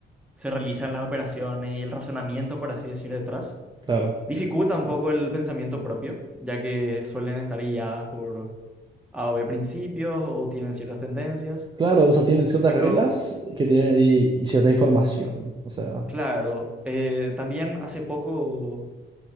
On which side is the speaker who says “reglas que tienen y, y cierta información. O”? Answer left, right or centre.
Right